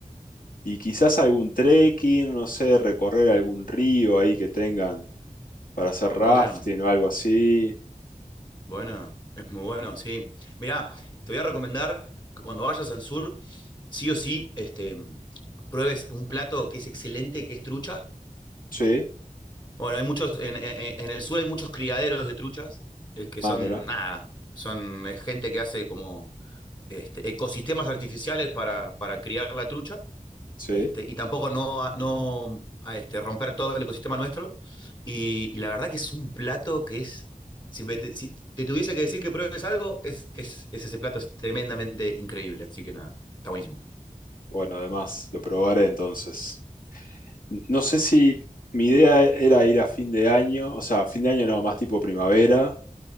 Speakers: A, on the left; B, on the left.
A: Y quizás algún trekking, no sé, recorrer algún río ahí que tengan para hacer rafting
B: Bueno,
A: o algo así.
B: bueno, es muy bueno, sí. Mirá, te voy a recomendar que cuando vayas al sur, sí o sí, este, mm, pruebes un plato que es excelente, que es trucha.
A: Sí.
B: Bueno, hay muchos, en, en- en el sur hay muchos criaderos de truchas, eh, que
A: Ah,
B: son
A: mira.
B: nada, son eh, gente que hace como este, ecosistemas artificiales para, para criar la trucha
A: Sí.
B: este, y tampoco no, no a, este, romper todo el ecosistema nuestro. Y, y la verdad que es un plato que es, si, te, si te tuviese que decir que pruebes algo, es, es, es ese plato, es tremendamente increíble, así que nada, está buenísimo.
A: Bueno, además, lo probaré entonces. N- No sé si mi idea era ir a fin de año, o sea, fin de año no, más tipo primavera